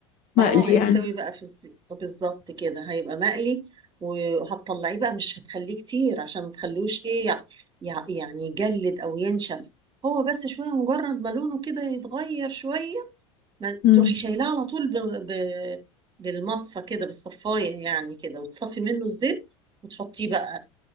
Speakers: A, on the left (about 50°); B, on the right (about 30°).
A: مقلي
B: اه هيستوي
A: يعني
B: بقى في الزيت بالظبط كده هيبقى مقلي وهتطلعيه بقى مش هتخليه كتير عشان ما تخلوش ايه يع- يع- يعني يجلد او ينشف هو بس شويه مجرد ما لونه كده يتغير شويه ما
A: امم
B: تروحي شايلاه على طول ب... ب... بالمصفى كده بالصفايه يعني كده وتصفي منه الزيت وتحطيه بقى